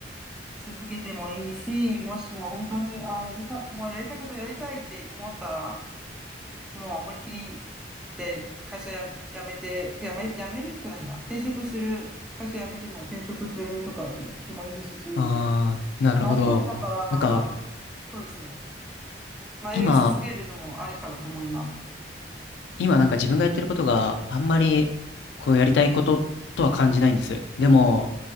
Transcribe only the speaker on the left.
ああ、なるほど。
なんか、
今、今なんか自分がやってることがあんまり、こうやりたいこととは感じないんです。でも、